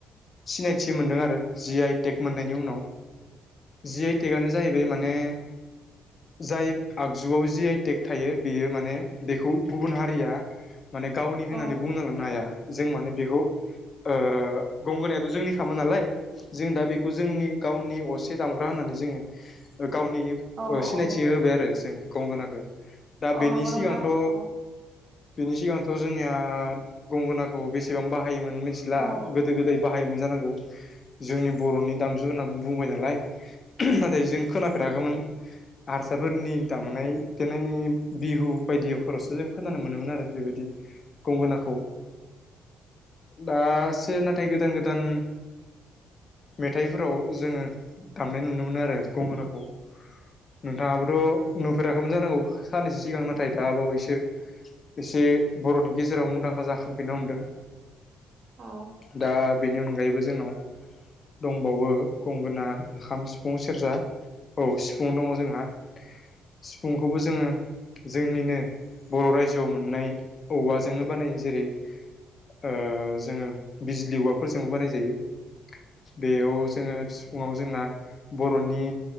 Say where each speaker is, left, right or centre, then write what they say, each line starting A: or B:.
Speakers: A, on the left (about 40°); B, on the right (about 55°).
A: सिनायथि मोनदों आरो जि आइ टेक मोननायनि उनाव जि आइ टेकआनो जाहैबाय माने जाय आगजुआव जि आइ टेक थायो बियो माने बिखौ गुबुन हारिया माने गावनि होननानै
B: औ
A: बुंना लानो हाया जों माने बेखौ ओ गंगोनायाथ' जोंनि खामोन नालाय जों दा बेखौ जोंनि गावनि असे दामग्रा होननानै जोङो ओ गावनि
B: औ
A: ओ सिनायथि होबाय आरो जों गंगोनाखो बा बेनि
B: औ नंगौ
A: सिगांथ'
B: नोंथां औ
A: बिनि सिगांथ' जोंनिया गंगोनाखौ बेसेबां बाहायोमोन मिन्थिला
B: औ
A: गोद गोदो गोदाय बाहायोमोन जानांगौ जोंनि बर'नि दामजु होनना बुंबाय नालाय नाथाय जों खोनाफेराखोमोन हारसाफोरनि दामानाय दिनाय बिहु बायदिफोरावसो जों खोनानो मोनोमोन आरो बेबायदि गंगोनाखौ दासो नाथाय गोदान गोदान मेथाइफोराव जोङो दामनाय नुनो मोनो आरो गंगोनाखौ। नोंथाङाबोथ' नुफेराखैमोन जानांगौ साननैसो सिगां नाथाय दा बावैसो एसे बर'नि गेजेराव मुंदांखा जाखांफिननो हमदों।
B: अ
A: दा बिनि अनगायैबो जोंनाव दंबावो गंगोना खाम सिफुं सेरजा औ सिफुं दङ जोंहा सिफुंखौबो जोङो जोंनिनो बर' रायजोआव मोननाय औवाजोंनो बानायो जेरै ओ जोङो बिज्लि औवाफोरजोंबो बानाय जायो। बेयाव जोङो सिफुंआव जोंना बर'नि